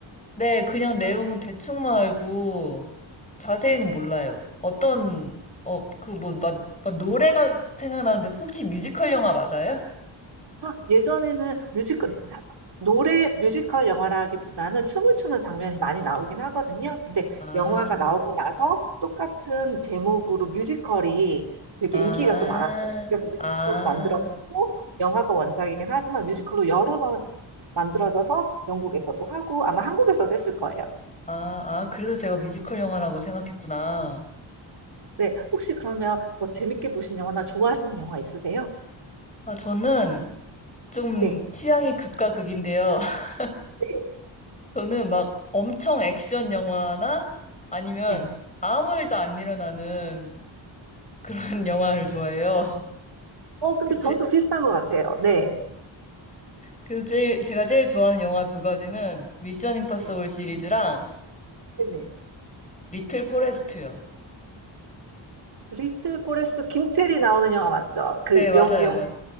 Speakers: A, on the left; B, on the right.
A: 네, 그냥 내용 대충만 알고 자세히는 몰라요. 어떤, 어, 그 뭐, 막, 막 노래가 생각나는데 혹시 뮤지컬 영화 맞아요?
B: 아, 예전에는 뮤지컬, 자- 노래, 뮤지컬 영화라기보다는 춤을 추는 장면이 많이 나오긴 하거든요. 근데
A: 아,
B: 영화가 나오고 나서 똑같은 제목으로 뮤지컬이 되게
A: 아,
B: 인기가 또 많았어요. 그래서 뮤지컬도
A: 아,
B: 만들었고, 영화가 원작이긴 하지만 뮤지컬로 여러 번 만들어져서 영국에서도 하고, 아마 한국에서도 했을 거예요.
A: 아, 아, 그래서 제가 뮤지컬 영화라고 생각했구나.
B: 네, 혹시 그러면 뭐 재밌게 보신 영화나 좋아하시는 영화 있으세요?
A: 아, 저는 좀
B: 네.
A: 취향이 극과 극인데요. <laughs>
B: 네.
A: 저는 막 엄청 액션 영화나 아니면
B: 네.
A: 아무 일도 안 일어나는 그런 <laughs> 영화를 좋아해요.
B: 어, 근데
A: <laughs>
B: 저도
A: 제,
B: 비슷한 것 같아요. 네.
A: 그 제일, 제가 제일 좋아하는 영화 두 가지는 미션 임파서블
B: 네.
A: 시리즈랑
B: 네. 네.
A: 리틀 포레스트요.
B: 리틀 포레스트 김태리 나오는 영화 맞죠? 그
A: 네, 맞아요.
B: 영, 영,
A: 맞-